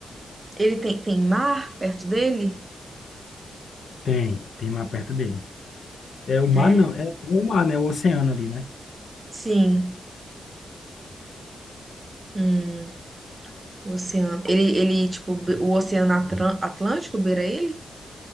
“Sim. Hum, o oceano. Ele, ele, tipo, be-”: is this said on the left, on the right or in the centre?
Right